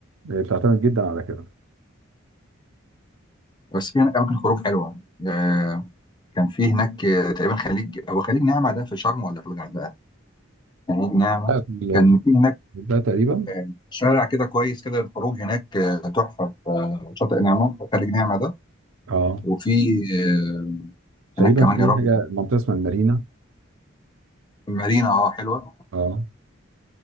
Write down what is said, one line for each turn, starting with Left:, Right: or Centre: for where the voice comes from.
Right: آه، بتعتمد جدا على كده
Left: بس في هناك اماكن خروج حلوه آه، كان في هناك آه، تقريبا خليج هو خليج نعمه ده في شرم ولا في الغردقه خليج نعمه
Right: لا، في
Left: كان في هناك
Right: ده تقريبا
Left: آه، شارع كده كويس كده الخروج هناك آه، تحفه في آه، شاطئ نعمه في خليج نعمه ده
Right: اه
Left: وفي آه،
Right: تقريبا
Left: هناك كمان
Right: في
Left: يا رب
Right: حاجه منطقه اسمها المارينا
Left: المارينا اه حلوه
Right: اه